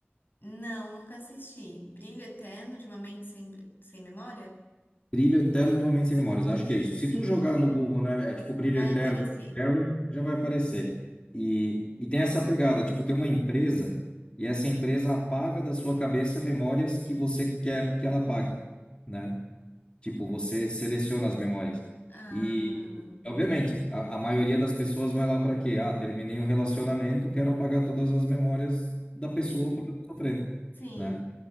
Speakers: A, on the left; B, on the left.
A: Não, nunca assisti. Brilho Eterno de uma Mente Sem, Bri- Sem Memória?
B: Brilho Eterno de Momentos Sem Memórias, acho que é isso. Se tu jogar no Google, né, é tipo Brilho
A: Vai
B: Eterno
A: aparecer.
B: Harry, já vai aparecer. E, e tem essa pegada, tipo, tem uma empresa e essa empresa apaga da sua cabeça memórias que você quer que ela apague, né? Tipo, você seleciona as memórias.
A: Ah,
B: E, obviamente, a, a maioria das pessoas vai lá para quê? Ah, terminei um relacionamento, quero apagar todas as memórias da
A: de-
B: pessoa porque eu tô sofrendo,
A: sim,
B: né?